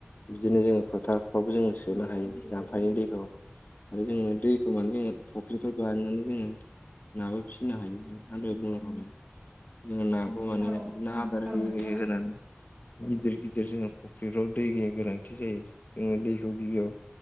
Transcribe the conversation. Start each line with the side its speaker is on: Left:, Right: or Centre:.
Left: बिदिनो जोङो फोथारफ्रावबो जोङो सोनो हायो जाम्फैनि दैखौ आरो जोङो दैखौ माने जोङो फख्रिफोर बानायनानै जोङो नाबो फिसिनो हायो आं दहाय बुंलांखाबाय जों नाखौ माने
Right: औ
Left: ना आदार
Right: औ
Left: होयै
Right: नोंथां
Left: होयै होनानै गिदिर गिदिर जोङो फुख्रिफ्राव दैनि गोनांथि जायो जोङो दैखौ गिबियाव